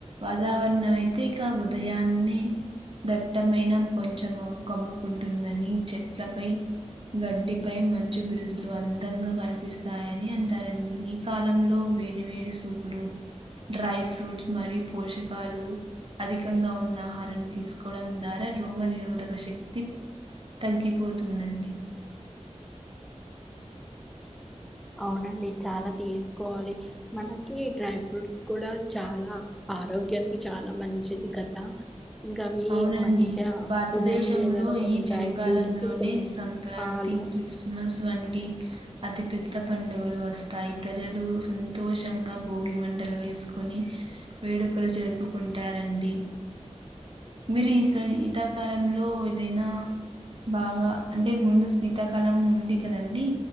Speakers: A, on the right; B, in the centre.
A: వాతావరణం అయితే ఇక ఉదయాన్నే దట్టమైన కొంచం మగు కమ్ముకుంటుందని చెట్లపై గడ్డిపై మంచు బిరు జులు అందంగా కనిపిస్తాయని అంటారండి. ఈ కాలంలో వేడి వేడి సూపులు డ్రై ఫ్రూట్స్ మరియు పోషకాలు అధికంగా ఉన్న ఆహారాన్ని తీసుకోవడం ద్వారా రోగ నిరోధక శక్తి తగ్గిపోతుందండి.
B: అవునండి చాలా తీసుకోవాలి, మనకి డ్రై ఫ్రూట్స్ కూడా చాలా ఆరోగ్యానికి చాలా మంచిది కదా ఇంకా అవి
A: అవునండి
B: మంచిగా
A: భారతదేశంలో
B: ఉదయం వేళలో కొన్ని
A: ఈ చలికాలంలోనే
B: డ్రై ఫ్రూట్స్ కొన్ని
A: సంక్రాంతి
B: పాలు
A: క్రిస్మస్ వంటి అతి పెద్ద పండుగలు వస్తాయి, ప్రజలు సంతోషంగా భోగి మ టలు వేసుకొని వేడుకలు జరుపుకుంటారండి. మీరు ఈ స ఈతాకాలంలో ఏదైనా బాగా అంటే ముందు శీతాకాలం ఉంది కదండి,